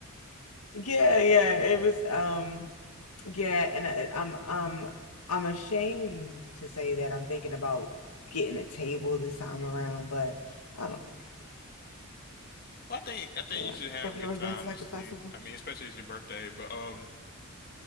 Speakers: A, on the left; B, on the left.
A: yeah, yeah, it
B: Mhm.
A: was, um, yeah. And I, I'm, um, I'm ashamed to say that I'm thinking about getting a table this time around, but I don't think I am.
B: Well, I think I think
A: Yeah.
B: you should have
A: Have
B: a good
A: you ever
B: time
A: been to like
B: just
A: a festival?
B: to I mean, especially it's your birthday, but um